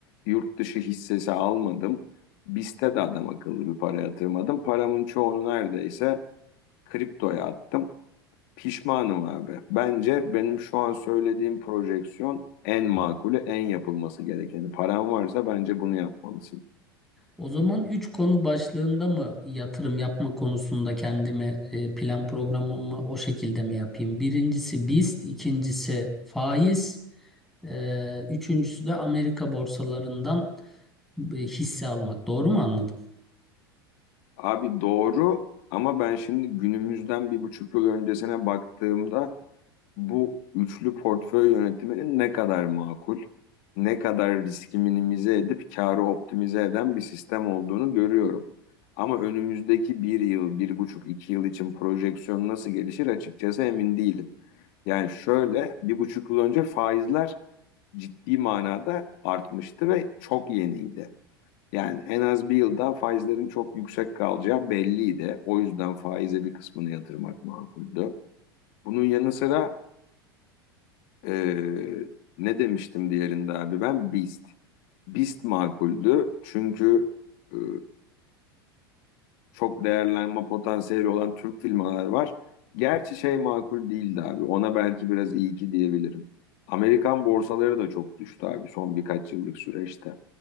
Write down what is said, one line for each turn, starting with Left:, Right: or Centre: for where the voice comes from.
Left: Yurt dışı hissesi almadım. BIST'e de adam akıllı bir para yatırmadım. Paramın çoğunu neredeyse Kriptoya attım. Pişmanım abi. Bence benim şu an söylediğim projeksiyon en makulü, en yapılması gerekeni. Paran varsa bence bunu yapmalısın.
Centre: O zaman 3 konu başlığında mı yatırım yapma konusunda kendime e, plan programımı o şekilde mi yapayım? Birincisi BIST, ikincisi faiz, e, üçüncüsü de Amerika borsalarından e, hisse almak. Doğru mu anladım?
Left: Abi doğru ama ben şimdi günümüzden bir buçuk yıl öncesine baktığımda bu üçlü portföy yönetiminin ne kadar makul, ne kadar riski minimize edip karı optimize eden bir sistem olduğunu görüyorum. Ama önümüzdeki bir yıl, bir buçuk, iki yıl için projeksiyon nasıl gelişir açıkçası emin değilim. Yani şöyle bir buçuk yıl önce faizler ciddi manada artmıştı ve çok yeniydi. Yani en az bir yıl daha faizlerin çok yüksek kalacağı belliydi. O yüzden faize bir kısmını yatırmak makuldü. Bunun yanı sıra eee, ne demiştim diğerinde abi ben BIST. BIST makuldü çünkü eee, çok değerlenme potansiyeli olan Türk filmleri var. Gerçi şey makul değildi abi. Ona belki biraz iyi ki diyebilirim. Amerikan borsaları da çok düştü abi son birkaç yıllık süreçte.